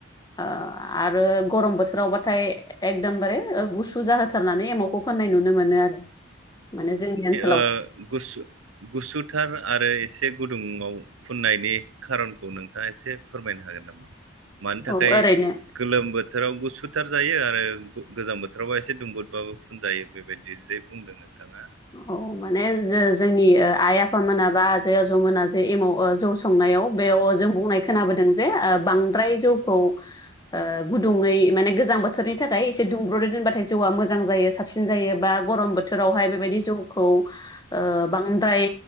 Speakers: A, on the left (about 20°); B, on the right (about 85°).
A: ओ-आरो गरम बोथोराव बाथाय एकदमबारे गुसु जाहोथारनानै एमाव। खौ फाननाय नुनो मोनो आरो माने जोंनि ओनसोल।
B: ओ-गुसु गुसुथार आरो एसे गुदुङाव फुननायनि खारनखौ नोंथाङा एसे फोरमायनो हागोन नामा? मानि थाखाय
A: औ ओरैनो
B: गोलोम बोथोराव गुसु- जायो आरो गोजां बोथोरावबा एसे दुंबुदबाबो फुनजायो बेबायदि जै बुंदों नोंथाङा।
A: औ माने जो- जोंनि ओ-आइ आफामोना बा आजै आजौ मोना जे एमाव ओ-जौ सं नायाव जों बुंनाय खोनाबोदों जे ओ-बांद्राय जौखौ ओ-गुदुङै- माने गोजां बोथोरनि थाखाय एसे दुंब्रुै दोनबाथाय जौआ मोजां जायो साबसिन जायो बा गरम बोथोरावहाय। बेबायदि जौखौ ओ-बांद्राय